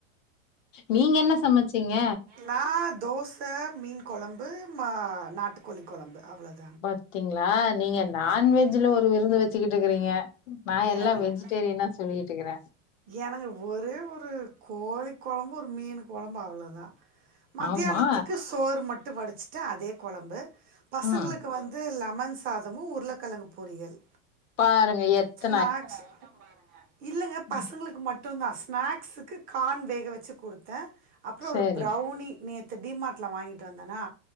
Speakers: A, on the left; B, on the right.
A: நீங்க என்ன சமச்சீங்க
B: நா தோச மீன் கொழம்பு மா நாட்டுக்கோழி கொழம்பு அவ்ளோதா
A: பாத்தீங்ளா நீங்க நான்வெஜ்ல ஒரு விருந்து வெச்சுகிட்டு இருக்றீங்க நா எல்லா
B: எனக்கு
A: வெஜிடேரியனா சொல்லிட்டு இருக்குற
B: எனக்கு ஒரே ஒரு கோழி கொழம்பு ஒரு மீனு கொழம்பு அவ்ளோதா மத்தியானத்துக்கு
A: ஆமா
B: சோறு மட்டும் வடிச்சுட்டு அதே கொழம்பு பசங்ளுக்கு
A: ம்
B: வந்து லெமன் சாதமும் உருளக்கெழங்கு பொரியல்
A: பாருங்க எத்த
B: நாக்ஸ் இல்லங்க பசங்களுக்கு
A: ம்,
B: மட்டுந்தா ஸ்நாக்ஸ்க்கு கான் வேக வச்சு குடுத்தே அப்றோ
A: சரி
B: ஒரு ப்ரௌனி நேத்து டிமார்ட்ல வாங்கிட்டு வந்தனா